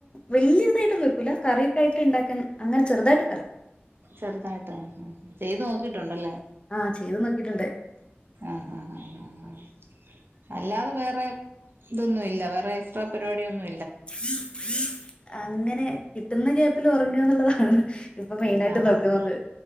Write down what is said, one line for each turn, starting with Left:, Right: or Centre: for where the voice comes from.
Left: വല്ല്യരുതായിട്ടന്നും വക്കൂല കറിയൊക്കയിട്ട് ഇണ്ടക്കാൻ അങ്ങനെ ചെറുതായിട്ടൊക്കറ്യ
Right: ചെറുതായിട്ട് ഹ് ഹ് ചെയ്ത് നോക്കിട്ടുണ്ടല്ലേ
Left: ആഹ് ചെയ്ത് നോക്കിയിട്ടുണ്ട്
Right: ആഹ ആഹ് ആ ആ അല്ലാതെ വേറെ ഇതൊന്നു ഇല്ല വേറെ എക്സ്ട്രാ പരിപാടിയൊന്ന്
Left: <unintelligible> അങ്ങനെ കിട്ടുന്ന ക്യാപ്പിൽ ഉറങ്ങ എന്നുള്ളതാണ് ഇപ്പൊ മെയിനായിട്ട്
Right: ആഹ
Left: നോക്കുന്നത്
Right: ആഹ് ആഹ്‌